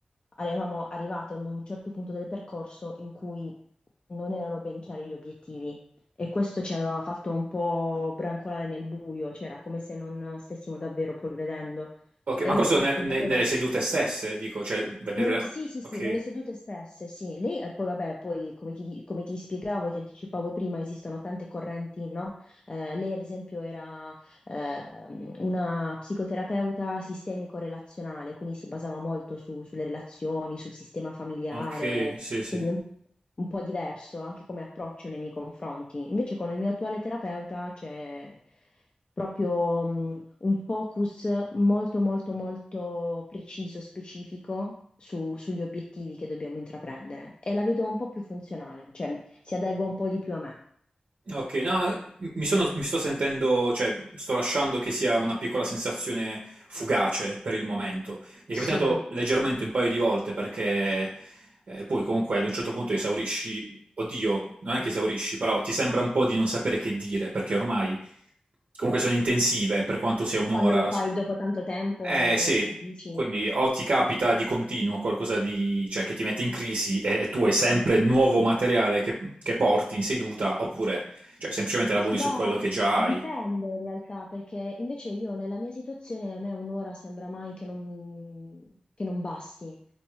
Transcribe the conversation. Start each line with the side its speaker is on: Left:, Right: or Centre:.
Left: eravamo arrivate ad un certo punto del percorso in cui non erano ben chiari gli obiettivi e questo ci aveva fatto un po' brancolare nel buio, cioè era come se non stessimo davvero progredendo.
Right: Ok,
Left: E
Right: ma
Left: infatti
Right: questo ne- ne-
Left: una cosa
Right: nelle sedute stesse, dico, cioè vedere...
Left: nel- sì, sì, sì,
Right: Ok,
Left: nelle sedute stesse, sì. Lei, e poi vabbè, poi come ti, di- come ti spiegavo, ti anticipavo prima, esistono tante correnti, no? Eh, lei, ad esempio, era eh, una psicoterapeuta sistemico-relazionale, quindi si basava molto su- sulle relazioni, sul sistema familiare,
Right: ok, sì, sì.
Left: quindi un, un po' diverso anche come approccio nei miei confronti. Invece con il mio attuale terapeuta c'è proprio mh, un focus molto molto molto preciso, specifico su- sugli obiettivi che dobbiamo intraprendere e la vedo un po' più funzionale, cioè si adegua un po' di più a me.
Right: Ok, no, eh, mi sono- mi sto sentendo, cioè sto lasciando che sia una piccola sensazione fugace per il momento. Mi
Left: Sì,
Right: è capitato leggermente un paio di volte perché eh, poi comunque ad un certo punto esaurisci, oddio, non è che esaurisci, però ti sembra un po' di non sapere che dire perché ormai comunque sono intensive per quanto sia un'ora.
Left: quando lo fai dopo tanto tempo,
Right: Eh
Left: io-
Right: sì,
Left: ti dici.
Right: quindi o ti capita di continuo qualcosa di, cioè, che ti mette in crisi e tu hai sempre nuovo materiale che, che porti in seduta, oppure cioè, semplicemente lavori
Left: Ma
Right: su quello che già
Left: dipende
Right: hai.
Left: in realtà, perché invece io nella mia situazione a me un'ora sembra mai che non, che non basti.